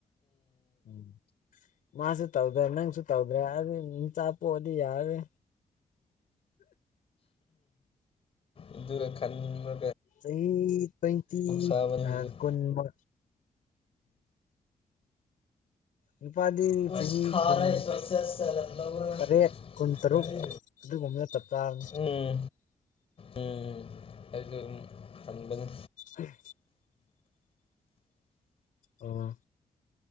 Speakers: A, on the left; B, on the left.
A: ꯎꯝ ꯃꯥꯁꯨ ꯇꯧꯗ ꯅꯪꯁꯨ ꯇꯧꯗ꯭ꯔꯦ ꯑꯗꯨꯏ ꯆꯥꯛ ꯄꯣꯛꯑꯗꯤ ꯌꯥꯔꯦ
B: ꯑꯗꯨꯔ ꯈꯟꯕ
A: ꯑꯩ ꯇ꯭ꯋꯦꯟꯇꯤ
B: ꯁꯥꯕꯅꯦ
A: ꯌꯥꯗ
B: ꯍꯧꯖꯤꯛ
A: ꯀꯨꯟ ꯃꯥ ꯅꯨꯄꯥꯗꯤ
B: ꯄꯨꯁ
A: ꯆꯍꯤ
B: ꯈꯥꯔ
A: ꯀꯨꯟ
B: ꯆꯥꯆꯥꯆꯥꯂꯝꯋꯥꯏ
A: ꯇꯔꯦꯠ ꯀꯨꯟ ꯇꯔꯨꯛ
B: ꯌꯥꯔꯦ
A: ꯑꯗꯨꯒꯨꯝꯕꯅ ꯆꯞ ꯆꯥꯕꯅꯤ
B: ꯎꯝ ꯎꯝ ꯑꯗꯨꯝ ꯀꯟꯕꯅꯤ
A: ꯎꯝ ꯑꯥ